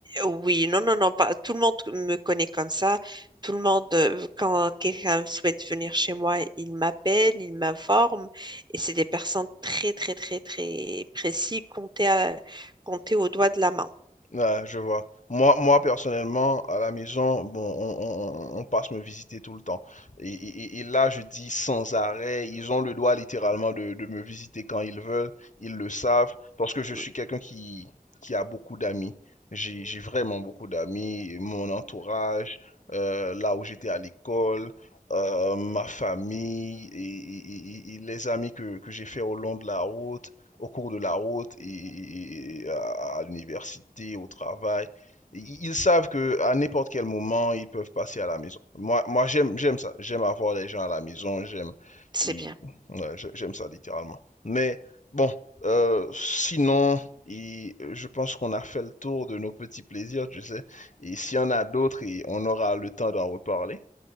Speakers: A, on the right; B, on the left.
A: Oui, non, non, non, pas... tout le monde me connaît comme ça. Tout le monde, euh, quand quelqu'un souhaite venir chez moi, il m'appelle, il m'informe. Et c'est des personnes très, très, très, très précises, comptées à- comptées au doigt de la main.
B: Ouais, je vois. Moi, moi, personnellement, à la maison, bon, on, on- on- passe me visiter tout le temps. Et, et- et là, je dis sans arrêt, ils ont le droit littéralement de, de me visiter quand ils veulent, ils le savent, parce que je
A: Oui,
B: suis quelqu'un qui, qui a beaucoup d'amis. J'ai, j'ai vraiment beaucoup d'amis, mon entourage, euh, là où j'étais à l'école, euh, ma famille et, et- et- et les amis que, que j'ai fait au long de la route au cours de la route et, et- à, à l'université, au travail. Ils savent que à n'importe quel moment, ils peuvent passer à la maison. Moi, moi j'aime, j'aime ça. J'aime avoir les gens à la maison. J'aime,
A: C'est
B: et,
A: bien.
B: ouais, j'aime ça littéralement. Mais bon, euh, sinon, et, euh, je pense qu'on a fait le tour de nos petits plaisirs, tu sais. Et s'il y en a d'autres, et on aura le temps d'en reparler.